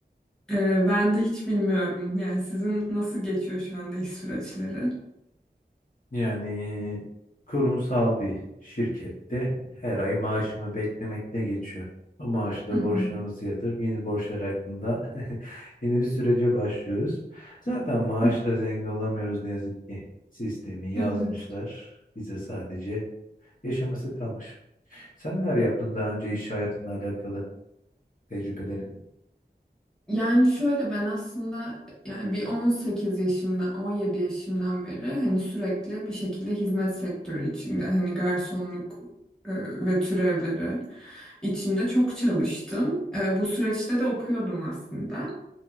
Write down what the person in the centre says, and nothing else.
E, ben de hiç bilmiyorum. Yani sizin nasıl geçiyor şu anda iş süreçleri?
Hı hı.
<laughs>
Evet.
Yani şöyle ben aslında yani bir 18 yaşımdan 17 yaşımdan beri hani sürekli bir şekilde hizmet sektörü içinde hani garsonluk e, ve türevleri içinde çok çalıştım. E, bu süreçte de okuyordum aslında.